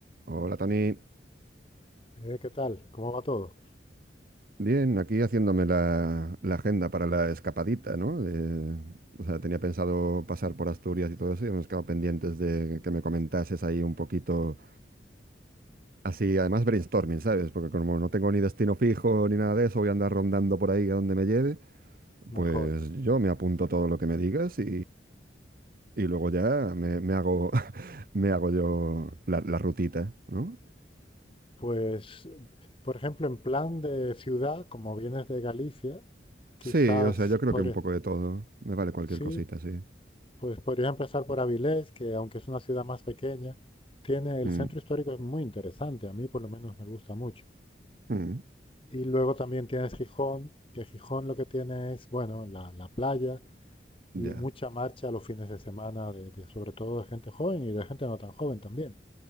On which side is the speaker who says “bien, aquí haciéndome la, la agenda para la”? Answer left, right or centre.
Right